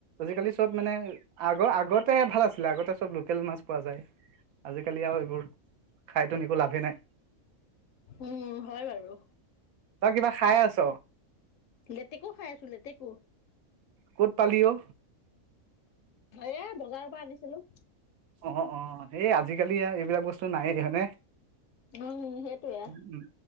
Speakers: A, on the right (about 85°); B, on the left (about 70°).
A: আজিকালি চব মানে আগৰ আগতে ভাল আছিলে আগতে চব লোকেল মাছ পোৱা যায়। আজিকালি আৰু এইবোৰ খাইতো একো লাভে নাই
B: উম হয় বাৰু।
A: তই কিবা খাই আছ?
B: লেতেকু খাই আছো লেতেকু।
A: ক'ত পালি অ?
B: এ বজাৰৰ, পৰা আনিছিলো।
A: অ অ হেই আজিকালি এইবিলাক বস্তু নাই হয় নে?
B: উম সেইটোয়ে
A: উম